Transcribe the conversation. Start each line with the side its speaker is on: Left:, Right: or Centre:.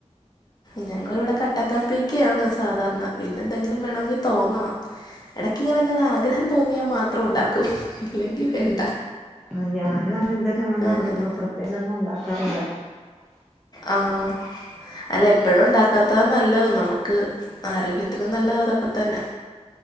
Left: ഞങ്ങളിവിടെ കട്ടൻകാപ്പിയൊക്കെയാണ് സാധാരണ പിന്നെന്തെങ്കിലും വേണവെങ്കി തോന്നണം എടക്ക് ഇങ്ങനെ എന്തെങ്കിലും ആഗ്രഹം തോന്നിയാൽ മാത്രം ഉണ്ടാക്കും അല്ലെങ്കി വേണ്ട
Centre: ആഹ് ഞാനും അങ്ങന്തേലും ഉണ്ടാക്കത്തൊള്ളൂ
Left: അങ്ങനെ
Centre: പ്രത്യേകിച്ചൊന്നും ഉണ്ടാക്കാറില്ല
Left: ആഹ് അല്ല എപ്പഴും ഉണ്ടാക്കാത്ത നല്ലത് നമുക്ക് ആരോഗ്യത്തിനും നല്ലത് അതൊക്കെ തന്നെ